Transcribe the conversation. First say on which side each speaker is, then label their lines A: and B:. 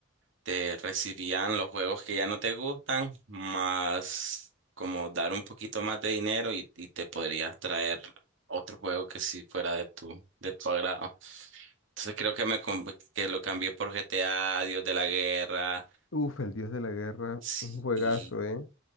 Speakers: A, on the right; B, on the left.
A: te recibían los juegos que ya no te gustan, más como dar un poquito más de dinero y, y te podrías traer otro juego que sí fuera de tu, de tu agrado. Entonces creo que me com- que lo cambié por GTA, Dios de la Guerra,
B: Uf, El Dios de la Guerra,
A: sí,
B: un juegazo,
A: y,
B: ¿eh?